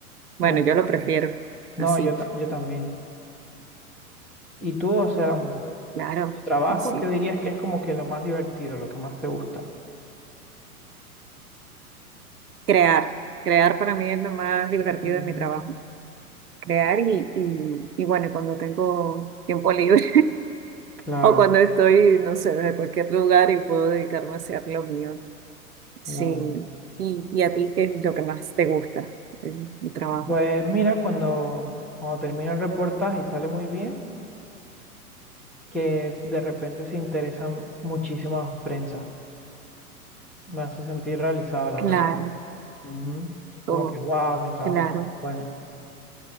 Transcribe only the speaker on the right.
Bueno,
yo lo prefiero
así,
claro,
así.
Crear, crear para mí es lo más divertido
de mi trabajo, crear y, y, y bueno, y cuando tengo tiempo libre.
O cuando estoy, no sé, de cualquier lugar y puedo dedicarme a hacer lo mío. Sí.
Y, y a ti, ¿qué es lo que más te gusta del tu trabajo?
Claro,
oh,
claro.